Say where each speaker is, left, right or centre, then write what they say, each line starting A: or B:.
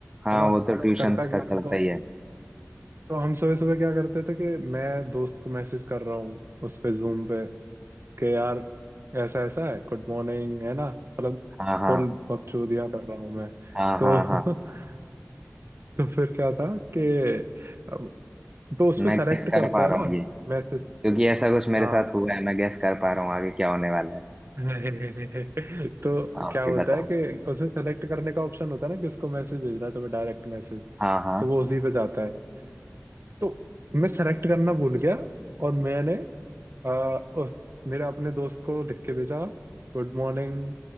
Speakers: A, on the right; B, on the right.
A: हाँ
B: है ना
A: वो तो मैं ट्यूशंस
B: करता
A: का
B: क्या-
A: कर चलता सकता
B: तो
A: ही है
B: तो हम सुबह सुबह क्या करते थे कि मैं दोस्त को मैसेज कर रहा हूँ उस पे जूम पे कि यार ऐसा ऐसा है गुड मॉर्निंग है ना मतलब
A: हाँ हाँ
B: फुल बकचोदियां कर रहा हूँ मैं
A: हाँ
B: तो
A: हाँ हाँ
B: <laughs> तो फिर क्या था कि अब- तो उस
A: मैं
B: पे सेलेक्ट
A: गेस कर
B: करते
A: पा रहा
B: हैं ना
A: हूँ ये
B: मैसेज
A: क्योंकि ऐसा कुछ मेरे
B: हाँ
A: साथ हुआ है मैं गेस कर पा रहा हूँ आगे क्या होने वाला है
B: <laughs> तो
A: आप
B: क्या होता
A: ही बताओ
B: है कि उसमें सेलेक्ट करने का ऑप्शन होता है ना किसको मैसेज भेजना है तुम्हें डायरेक्ट मैसेज
A: हाँ हाँ
B: तो वो उसी पे जाता है तो मैं सेलेक्ट करना भूल गया और मैंने आ, उस, मेरे अपने दोस्त को लिख के भेजा good morning